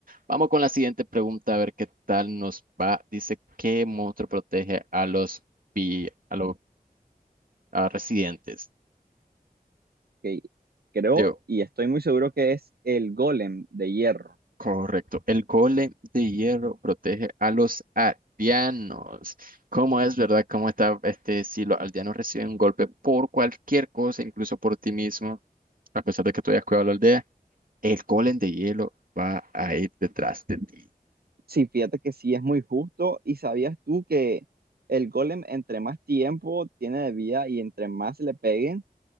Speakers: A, on the right; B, on the right.
A: Vamos con la siguiente pregunta, a ver qué tal nos va. Dice, ¿qué monstruo protege a los, vi- a los a residentes?
B: Que creo
A: Digo,
B: y estoy muy seguro que es el Golem de hierro.
A: correcto. El golem de hierro protege a los aldeanos. ¿Cómo es, verdad? ¿Cómo está este? Si los aldeanos reciben un golpe por cualquier cosa, incluso por ti mismo, a pesar de que tú hayas cuidado la aldea. El golem de hielo va a ir detrás de ti.
B: Sí, fíjate que sí es muy justo. ¿Y sabías tú que el Golem entre más tiempo tiene de vida y entre más le peguen,